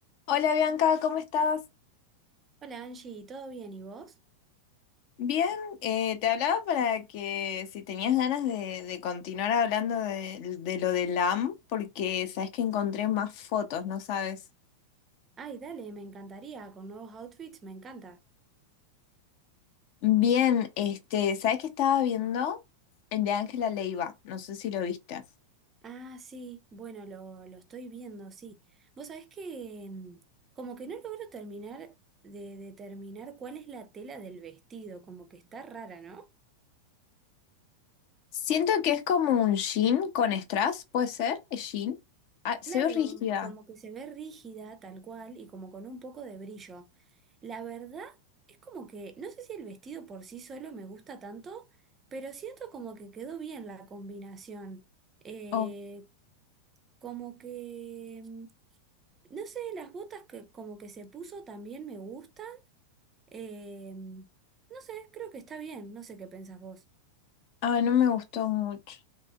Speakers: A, on the left; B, on the right.
A: Hola Bianca, ¿cómo estás?
B: Hola Angie, ¿todo bien y vos?
A: Bien, eh, te hablaba para que si tenías ganas de, de continuar hablando de, de lo del AM, porque sabes que encontré más fotos, ¿no sabes?
B: Ay, dale, me encantaría, con nuevos outfits, me encanta.
A: Bien, este, ¿sabes que estaba viendo? El de Ángela Leiva, no sé si lo viste.
B: Ah, sí, bueno, lo, lo estoy viendo, sí. Vos sabés que mm, como que no logro terminar de determinar cuál es la tela del vestido, como que está rara, ¿no?
A: Siento que es como un jean con strass, ¿puede ser? ¿Es jean? Ah, se
B: Claro,
A: ve rígida.
B: como que se ve rígida, tal cual, y como con un poco de brillo. La verdad es como que, no sé si el vestido por sí solo me gusta tanto, pero siento como que quedó bien la combinación. Eh,
A: Oh,
B: Como que, mm, no sé, las botas que como que se puso también me gustan. Eh, no sé, creo que está bien, no sé qué pensás vos,
A: ah, no me gustó mucho.